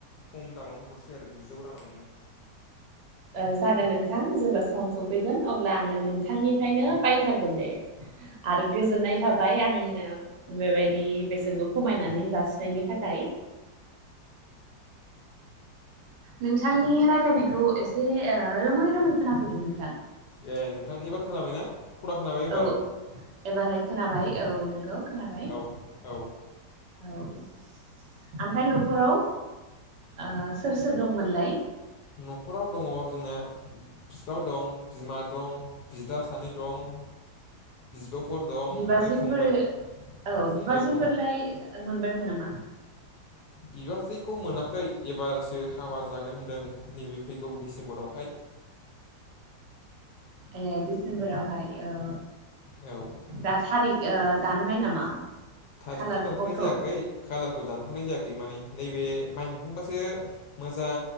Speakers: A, on the left; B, on the right.
A: खम दामावनो हरसै आरो गुजौ राङावनो
B: ओ जागोन नोंथां जेब्ला सम सफैगोन अब्ला आङो नोंथांनिफ्रायनो बायथारगोन दे
A: <unintelligible>
B: आरो गोजोननाय थाबाय आंनो बेबायदि बेसेनखौ खमायनानै जासिनायनि थाखाय नोंथांनि रायलायनायखौ एसे ओ रोमै रोमै खोनाफैदों नोंथां
A: ए नोंथां एबार खोनाबायना? खरा खोनाबाय एबार
B: औ एबारहाय खोनाबाय औ नोंगौ खोनाबाय
A: औ औ
B: औ ओमफ्राय न'खराव ओ सोर सोर दंमोनलाय?
A: न'खराव दङ जोंना बिफाबो दं बिमा दं बिदा सानै दं बिब' फोर दं
B: बिबाजैफोर
A: आरो फंबाय
B: औ
A: फंबाय
B: बिबाजैफोरलाय
A: दं
B: मोनबायमोन नामा?
A: बिबाजैखौ मोनाखै एबारसो हाबा जागोन होनदों नैबे फैगौ डिसेम्बरावहाय
B: ए डिसेम्बरावहाय औ
A: औ
B: दा थारिख ओ दानबाय नामा?
A: थारिखथ'
B: खालार
A: दानथ'नाय
B: अक्ट'
A: जायाखै
B: ओ
A: खाालारखौ दानथ'नाय जायाखै माने नैबे माइ हाखांबासो मोजां